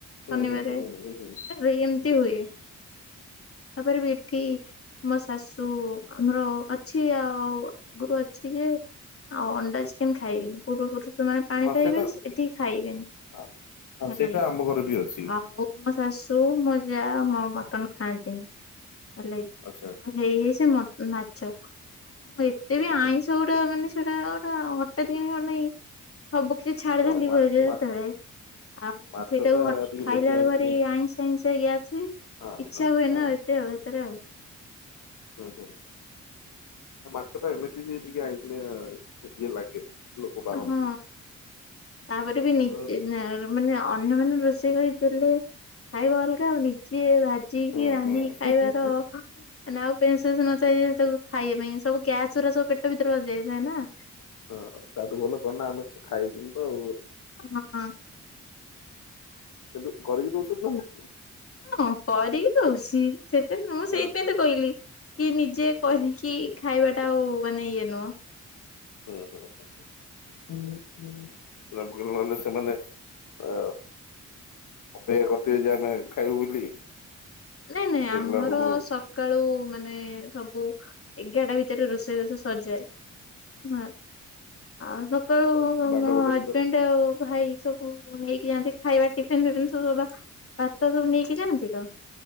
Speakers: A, on the left; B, on the left.
A: ହୁଁ
B: ଶନିବାର
A: ହୁଁ ହୁଁ ହୁଁ ହୁଁ ହୁଁ।
B: ଏ ଏମିତି ହୁଏ ତାପରେ ବି କି ମୋ ଶାଶୁ ଆମର ଅଛି ଆଉ ଆଗରୁ ଅଛି ଯେ ଆଉ ଅଣ୍ଡା, ଚିକେନ୍ ଖାଇବେନି ପୂର୍ବ ପୁରୁଷ ମାନେ ପାଣି
A: ହଁ
B: ପାଇବେ।
A: ସେଇଟା
B: ସେ ଏଟି ଖାଇବେନି
A: ହଁ
B: ହେଲାକି
A: ସେଇଟା ଆମ ଘରେ ବି ଅଛି
B: ଆଉ ଶାଶୁ ମୋ ଯାଆ ମଁ ମଟନ ଖାଆନ୍ତିନି। ହେଲାକି
A: ଆଚ୍ଛା
B: ଆଉ ହେଇ ହେଇ ସେ ମ ମାଛ ଆଉ ମୁଁ ଏତେ
A: ଆଚ୍ଛା।
B: ବି ଆଇଁଷ ସେ ଗଟ ମାନେ ସେଟା ଗୋଟା ହଠାତ୍ କିନୀ ନାଇଁ ସବୁ କିଛି ଛାଡ଼ିଦେଲି
A: ହଁ ମା
B: <unintelligible> ଯେତେବେଳେ
A: ମା
B: ଆଉ
A: ମାଛଟା
B: ସେଇଟାକୁ ହଟ୍
A: ଟିକେ
B: ଖାଇଲା
A: ବେଶୀ ଆଇଁଷିଣିଆ
B: ବେଳୁ ଭାରି ଆଇଁସିଆ ଆଇଁଶିଆ ଗ୍ୟାସ ହୁଏ।
A: ହଁ
B: ଈଚ୍ଛା
A: ହଁ
B: ହୁଏନି
A: ହଁ
B: ନା ଏତେ ଆଉ ହେଥିରେ ଆଉ।
A: ହୁଁ ହୁଁ ମାଛଟା ଏମିତି ବି ଟିକେ ଆଇଁଷିଆ ଟିକେ ଲାଗେ। ଲୋକ ବାରନ୍ତି।
B: ହୁଁ ତାପରେ ବି ନିଜେ
A: ଅ
B: ଜା ମାନେ ଅନ୍ୟ ମାନେ ରୋଷେଇ କରି ଦେଲେ ଖାଇବା ଅଲଗା ଆଉ ନିଜେ ଭା ଯି
A: ହୁଁ
B: କିି ରାନ୍ଧିକି
A: ହୁଁ
B: ଖାଇବାର
A: ହୁଁ
B: ମାନ ଆଉ ପେନ୍ସେନ୍ସ ନଥାଏ ସବୁ ଖାଇବା ପାଇଁ ସବୁ ଗ୍ୟାସ ଗୁୁରା ସବୁ ପେଟ ଭିତରେ ବସିଯାଏ ଥାଏ ନାଁ।
A: ହଁ ତାଠୁ ଭଲ କଣ ନାଁ ଆମେ ଖାଇବୁନି ତ ଆଉ
B: ହଁ।
A: ଏବେ କରିକି ଦଉଛନ୍ତି ନା ନାଇଁ?
B: ହଁ କରିକି ଦଉଛି ସେଥିପାଇଁ ମୁଁ
A: ହଁ
B: ସେଇଥିପାଇଁ ତ କହିଲି କି ନିଜେ
A: ହଁ
B: କରିକି ଖାଇବା ଟା ଆଉ ମାନେ ଇଏ ନୁହଁ।
A: ହଁ ହଁ ହଁ ହଁଁ। <unintelligible> ସେ ମାନେ ଆ ଅପେକ୍ଷା କରିଥିବେ ଯାହେଲେ ଖାଇବୁ ବୋଲି।
B: ନାଇଁ ନାଇଁ
A: ଦେଖିଲା
B: ଆମର
A: ବେଳକୁ
B: ସ ସକାଳୁ ମାନେ ସବୁ ଏଗାରଟା ଭିତରେ ରୋଷେଇ ବାସ ସରିଯାଏ। ହୁଁ ଆଉ ସକାଳୁ
A: ବାରଟା
B: ମୋ
A: ଗୋଟେ
B: ହଜବେଣ୍ଡ
A: ସୁଦ୍ଧା
B: ଆଉ ଭାଇ ସବୁ ହ ନେଇକି ଯାଆନ୍ତି ଖାଇବା ଟିଫିନ ବିଫିନ ସବୁ ଭାତ ସବୁ ନେଇକି ଯାଆନ୍ତି ତ